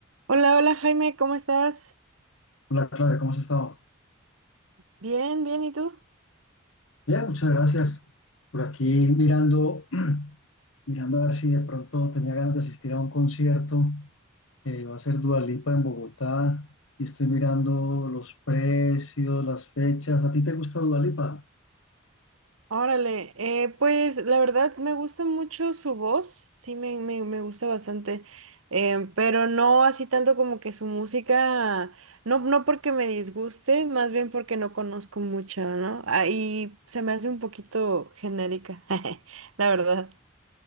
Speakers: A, on the right (about 80°); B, on the left (about 75°).
A: Hola, hola Jaime, ¿cómo estás?
B: Hola Claudia, ¿cómo has estado?
A: Bien, bien, ¿y tú?
B: Bien, muchas gracias. Por aquí mirando, <clears throat> mirando a ver si de pronto tenía ganas de asistir a un concierto. eh, va a ser Dua Lipa en Bogotá y estoy mirando los precios, las fechas. ¿A ti te gusta Dua Lipa?
A: Órale, eh, pues la verdad me gusta mucho su voz, sí me, me- me gusta bastante, eh, pero no así tanto como que su música, no, no porque me disguste, más bien porque no conozco mucho, ¿no? Ahí se me hace un poquito genérica, <laughs> la verdad.